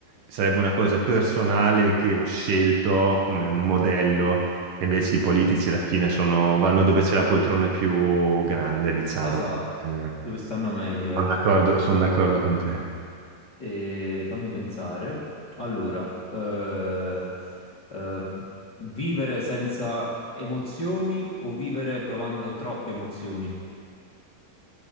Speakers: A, on the right; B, on the left.
A: sarebbe una cosa personale che ho scelto come modello, e invece i politici alla fine sono- vanno dove c'è la poltrona più grande, diciamo.
B: Esatto,
A: Eh,
B: dove stanno meglio,
A: sono
B: ecco.
A: d'accordo, sono d'accordo con te.
B: E fammi pensare. Allora, eh, eh, vivere senza emozioni o vivere provando troppe emozioni?